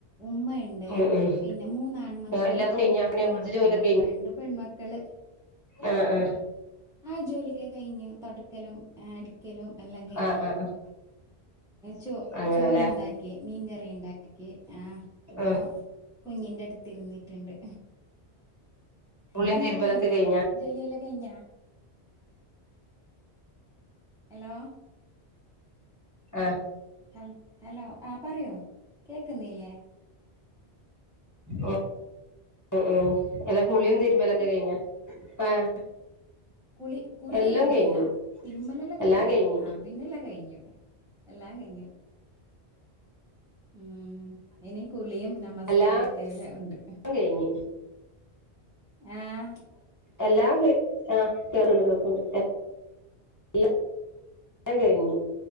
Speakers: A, in the centre; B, on the left.
A: ഉമ്മ ണ്ട്
B: ഉം ഉം
A: പിന്നെ മൂന്നാൺമക്കളും
B: എല്ലാതും
A: രണ്ട്
B: കഴിഞ്ഞാ പിന്നെ
A: പെൺമക്കളു
B: വീട്ടിലെ ജോലിയൊക്കെ
A: ആ
B: കഴിഞ്ഞോ
A: രണ്ട് പെൺമക്കള്
B: ആഹ് ആഹ്
A: ആഹ് ജോലിക്കെ കയ്ഞ്ഞു തൊടക്കലും അടിക്കലു എല്ലാം കയ്ഞ്ഞു
B: ആഹ് ആഹ് ആഹ്
A: ചോ
B: അങ്ങനെല്ലേ
A: ചോറ് ണ്ടാക്കി മീങ്കറി ണ്ടാക്കി ആ പ്പൊ
B: ആഹ്
A: കുഞ്ഞിന്റട്ത്ത് ഇര്ന്നിട്ട് ണ്ട്
B: കുളിയും
A: നിങ്ങ
B: തിരുമ്പലൊക്കെ
A: കയ്ഞ്ഞാജോലി
B: കഴിഞ്ഞാ
A: യല്ലാം കയ്ഞ്ഞാ ഹലോ
B: ആഹ്
A: ഹൽ ഹലോ ആ പറയൂ കേക്ന്നീല്ലേ
B: ഉം ഉ ഉം അല്ലാ
A: എ
B: കുളിയും തിര്മ്പലൊക്കെ കയ്ഞ്ഞ ആഹ്
A: കുളി കുളി
B: എല്ലാം
A: കയ്ഞ്ഞില്ല
B: കഴിഞ്ഞ്
A: തിരുമ്മലല്ലൊക്കെ
B: എല്ലാം
A: കയ്ഞ്ഞു
B: കഴിഞ്ഞ്
A: ആ പിന്നെല്ലാം കയ്ഞ്ഞു എല്ലാം കയ്ഞ്ഞു ഉം എനി കുളിയും നമസ്കാരൊക്കെ
B: എല്ലാം
A: ഉണ്ട്
B: കഴിഞ്ഞ്
A: ആഹ്
B: എല്ലാം ആ കേക്ക്ണ്ട് കേക്ക്ണ്ട് ല്ലാം കയ്ഞ്